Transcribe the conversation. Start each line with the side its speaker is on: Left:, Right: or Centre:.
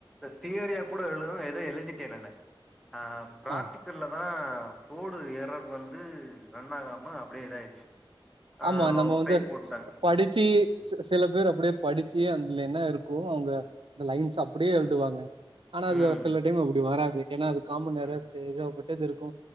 Centre: தியரிய கூட எழுத ஏதோ எழுதிட்டே நானு ஆ பிராக்டிக்கல்ல
Right: ஆஹ்
Centre: தா கோடு எறர் வந்து ரன் ஆகாம அப்டியே இதாயிடுச்சு ஆ
Right: ஆமா நம்ம வந்து
Centre: ஃபெயில் போட்டாங்க
Right: படிச்சு ச சில பேர் அப்டியே படிச்சி அதுல என்ன இருக்கோ அவுங்க அந்த லைன்ஸ் அப்டியே எழுதுவாங்க ஆனா அது
Centre: ம்
Right: சில டைம் அப்டி வராது ஏன்னா அது காமன் எரர்ஸ்
Centre: ம்
Right: எகபட்டது இருக்கு